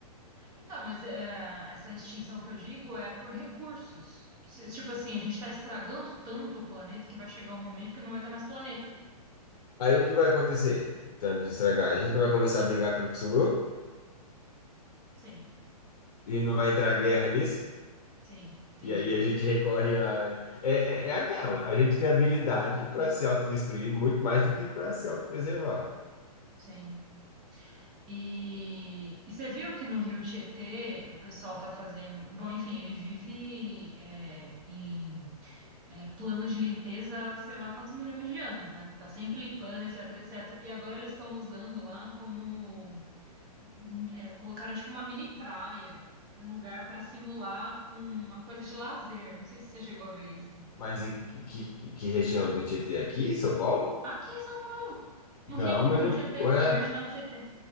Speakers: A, on the right (about 20°); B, on the left (about 75°).
A: Então, mas é, essa extinção que eu digo é por recursos. Se- tipo assim, a gente está estragando tanto o planeta que vai chegar um momento que não vai ter mais planeta.
B: Aí o que vai acontecer? Tanto de estragar, a gente não vai começar a brigar pelo que sobrou
A: Sim,
B: e não vai entrar guerra nisso.
A: sim, entendi.
B: E aí a gente recorre a. É, é, é aquela, a gente tem habilidade para se autodestruir muito mais do que para se autopreservar.
A: Sim. E, e você viu que no Rio Tietê o pessoal tá fazendo. Bom, enfim, ele vive é, em é, plano de limpeza, há sei lá quantos milhões de anos, né? Tá sempre limpando, etc, etc. E agora eles estão usando lá como. é, colocaram tipo uma mini praia, um lugar para simular uma coisa de lazer. Não sei se você chegou a ver isso.
B: Mas em que, que, que que região do Tietê aqui, São Paulo?
A: Aqui em São Paulo, no
B: Não,
A: Rio,
B: mas
A: no Rio
B: não.
A: Tietê,
B: Ué,
A: na marginal Tietê.